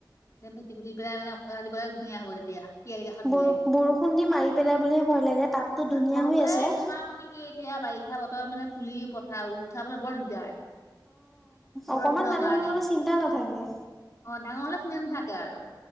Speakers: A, on the left; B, in the centre.
A: <unintelligible> ধুনীয়া হ'ব তেতিয়া পিৰালি কাষত
B: ব-বৰষুণ
A: দিলে
B: দি মাৰি পেলাই বুলিহে ভয় লাগে, তাপতো
A: বৰষুণে
B: ধুনীয়া হৈ আছে।
A: <unintelligible> এতিয়া বাৰিষা বতৰ মানে পুলি পথা উঠাবলৈ বৰ দিগদাৰ। বৰষুণৰ
B: অকনমান ডাঙৰ
A: কাৰণে
B: হৈ গলে চিন্তা নাথাকে।
A: অ ডাঙৰ হ'লে চিন্তা নাথাকে আৰু।